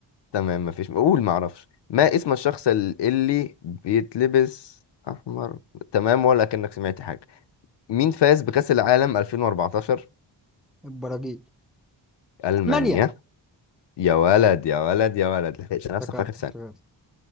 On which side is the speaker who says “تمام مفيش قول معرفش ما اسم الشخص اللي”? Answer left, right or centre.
Left